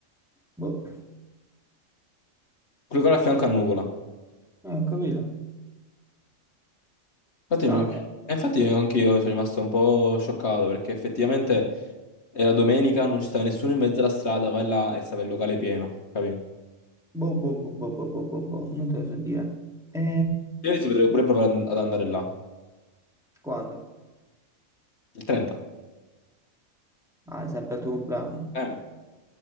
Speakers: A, in the centre; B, on the left.
A: Boh,
B: quel locale a fianco a Nuvola.
A: eh, ho capito.
B: Infatti,
A: Strano.
B: me lo- e infatti anche io sono rimasto un po' scioccato perché effettivamente era domenica, non ci stava nessuno in mezzo alla strada, vai là e stava il locale pieno, capito?
A: Boh, boh, boh, boh, boh, boh, boh, boh. Non te lo so dire. E...
B: Io si potrebbe pure provare ad ad andare là,
A: Quando?
B: il 30.
A: Ah, sempre al tuo compleanno.
B: Eh,